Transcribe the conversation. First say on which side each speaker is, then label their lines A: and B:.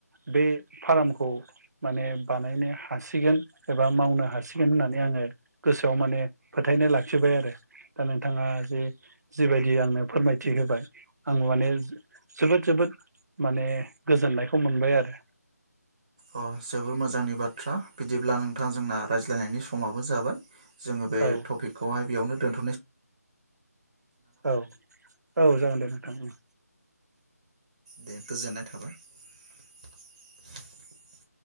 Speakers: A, on the right; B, on the right.
A: बे फार्मखौ माने बानायनो हासिगोन एबा मावनो हासिगोन होननानै आङो गोसोआव माने फोथायनाय लाखिबाय आरो दा नोंथाङा जे जिबायदि आंनो फोरमायथि होबाय आं माने जोबोद जोबोद माने गोजोननायखौ मोनबाय आरो
B: अ जोबोर मोजांनि बाथ्रा बि बिदिब्ला नोंथां जोंना रायज्लायनायनि समाबो जाबाय जोङो बे
A: औ
B: टपिकखौहाय बेयावनो दोनथ'नो
A: औ औ जागोन दे नोंथां ओं
B: दे गोजोननाय थाबाय <unintelligible>